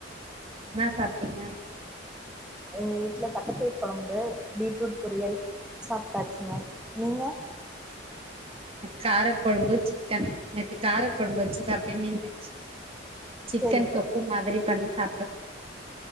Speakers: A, on the right (about 30°); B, in the centre.
A: என்னா சாப்ட்டீங்க
B: எங்க வீட்ல தட்டபயறு குழம்பு பீட்ரூட் பொரியல் சாப்ட்டாச்சுங்க நீங்க
A: காரக்குழம்பு சிக்கன் நேத்து காரக்குழம்பு வச்சுது அப்டியே மீந்துச்சு சிக்கன்
B: சேரிங்க
A: தொக்கு மாதிரி பண்ணி சாப்ட்டோ